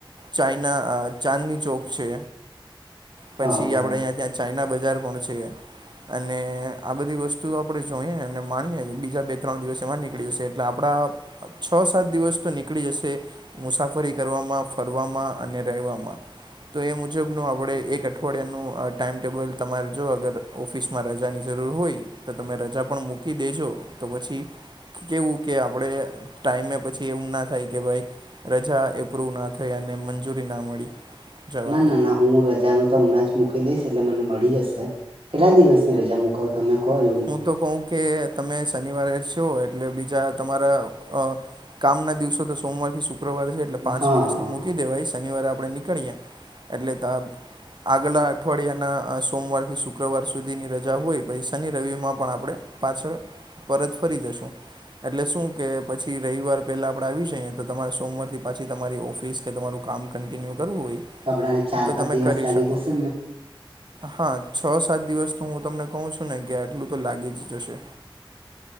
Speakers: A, on the right; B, on the right.
A: ચાઈના અ ચાંદની ચોક છે પછી
B: હા બરાબર
A: આપણે અહીંયા ત્યાં ચાઈના બજાર પણ છે અને આ બધી વસ્તુ આપણે જોઈએ અને માણીએ બીજા બે ત્રણ દિવસ એમાં નીકળી જશે એટલે આપણા છ સાત દિવસ તો નીકળી જશે મુસાફરી કરવામાં ફ <unintelligible> વામાં અને રહેવામાં તો એ મુજબનું આપણે એક અઠવાડિયાનું ટાઈમ ટેબલ તમારે જો અગર ઓફિસમાં રજાની જરૂર હોય તો તમે રજા પણ મૂકી દેજો તો પછી કેવું કે આપણે ટાઈમે પછી એવું ના થાય કે ભાઈ રજા એપ્રુવ ના થઈ અને મંજૂરી ના મળી જવાની
B: ના ના ના હું રજાનો તો હમણાં જ મૂકી દઈશ એટલે મને મળી જશે કેટલા દિવસની રજા મૂકવ તમે કો એવું
A: હું તો કહુકે તમે શનિવારે છો એટલે બીજા તમારા અ કામ ના દિવસો તો સોમવાર થી શુક્રવાર છે એટલે પાંચ
B: હા
A: દિવસને
B: હા
A: મૂકી દેવાય શનિવારે આપણે નીકળીએ એટલે દાપ આગલા અઠવાડિયાના સોમવાર થી શુક્રવાર સુધીની રજા હોય પૈસા શનિ રવિમાં પણ આપણે પાછળ પરત ફરી જશું એટલે શું કે પછી રવિવાર પહેલા આપણે આવી જઈએ તો તમારે સોમવાર થી પાછી તમારી ઓફિસ કે તમારું કામ કન્ટિન્યુ કરવું હોય
B: કપડાં ને ચાર
A: તો
B: પાંચ
A: તમે
B: દિવસ
A: કરી
B: લાગી
A: શકો
B: જશે
A: હા છ સાત દિવસ તો હું તમને કહું છું ને કે આટલું તો લાગી જ જશે